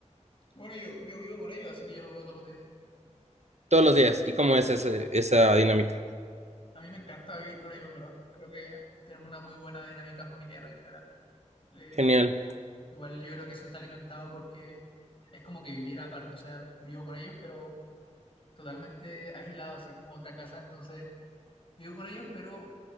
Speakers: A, on the left; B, on the right.
A: Bueno, yo, yo vivo con ellos, así que yo los veo todos los días.
B: Todos los días. ¿Y cómo es ese- esa dinámica?
A: A mí me encanta vivir con ellos, en verdad. Creo que tenemos una muy buena dinámica familiar en general. Eh,
B: Genial.
A: Igual yo creo que eso está alimentado porque es como que viviera aparte, o sea, vivo con ellos, pero totalmente aislado, así es como otra casa, entonces vivo con ellos, pero